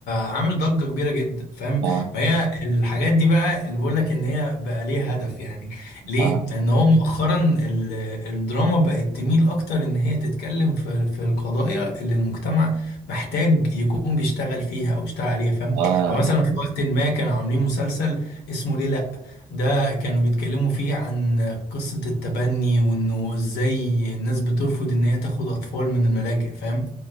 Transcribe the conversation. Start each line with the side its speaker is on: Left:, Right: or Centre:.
Left: عامل ضجة كبيرة جدا فاهم
Right: اه
Left: ما هي الحاجات دي بقى اللي بقول لك ان هي بقى ليها هدف يعني ليه
Right: اه
Left: لان هو مؤخرا ال- الدراما بقت تميل اكتر ان هي تتكلم في في القضايا اللي المجتمع محتاج يكون بيشتغل فيها او بيشتغل عليها فاهم
Right: اه اه
Left: فمثلا في
Right: اه
Left: وقت ما كانوا عاملين مسلسل اسمه ليه لا ده كانوا بيتكلموا فيه عن قصة التبني وانه ازاي الناس بترفض ان هي تاخد اطفال من الملاجئ فاهم